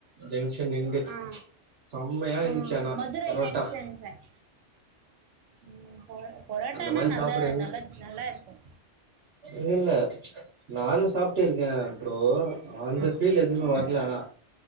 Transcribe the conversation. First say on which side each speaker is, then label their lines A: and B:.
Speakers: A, on the right (about 60°); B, on the right (about 80°).
A: ஜங்ஷன் நின்டு
B: ஆ
A: செம்மையா இருந்துச்சு
B: ஆ
A: ஆனா
B: மதுரை
A: புரோட்டா
B: ஜங்ஷன் சார் ம் பொ பொரோட்டானா
A: அந்த மாரி
B: நல்லா
A: சாப்பாடு
B: நல்லா நல்லா இருக்கும்
A: இனில்ல நானு சாப்ட்டு இருக்கே ப்ரோ அந்த
B: ம்.
A: ஃபீல் எதுமே
B: ஆ ஆ
A: வர்ல ஆனா